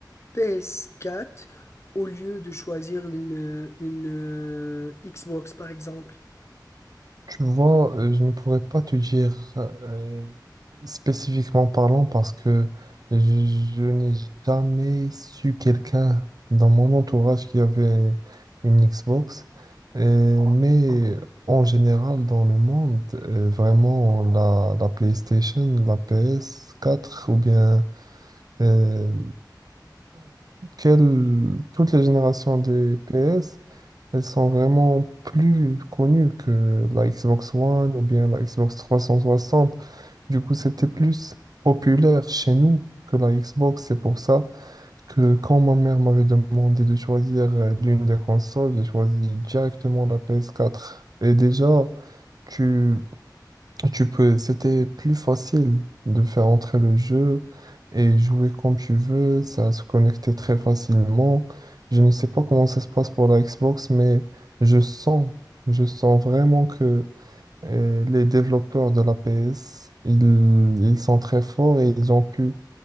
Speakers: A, on the left; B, on the right.
A: PS4 au lieu de choisir une, euh, une euh, Xbox, par exemple?
B: Tu vois, euh, je ne pourrais pas te dire euh, spécifiquement parlant parce que je, je n'ai jamais su quelqu'un dans mon entourage qui avait une Xbox. Et- mais en général, dans le monde, euh, vraiment, la, la PlayStation, la ps quatre ou bien euh, quelle- toutes les générations des PS elles sont vraiment plus connues que la Xbox One ou bien la Xbox 360. Du coup, c'était plus populaire chez nous que la Xbox. C'est pour ça que quand ma mère m'avait demandé de choisir euh, l'une des consoles, j'ai choisi directement la PS4. Et déjà, tu tu peux, c'était plus facile de faire entrer le jeu et jouer comme tu veux, ça se connectait très facilement. Je ne sais pas comment ça se passe pour la Xbox, mais je sens, je sens vraiment que euh, les développeurs de la PS, ils, ils sont très forts et ils ont pu